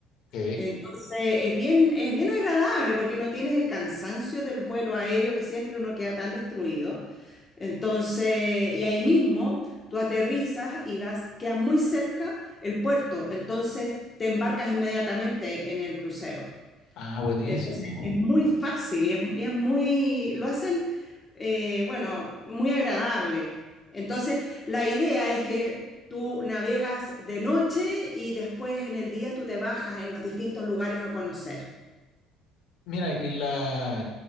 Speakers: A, on the left; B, on the left.
A: Ok.
B: Entonces, es bien, es bien agradable porque no tienes el cansancio del vuelo aéreo que siempre uno queda tan destruido. Entonces, y ahí mismo tú aterrizas y vas, queda muy cerca el puerto. Entonces, te embarcas inmediatamente en el crucero.
A: Ah, buenísimo.
B: Entonces es muy fácil y es, y es muy, lo hacen, eh, bueno, muy agradable. Entonces la idea es que tú navegas de noche y después en el día tú te bajas en los distintos lugares a conocer.
A: Mira, y la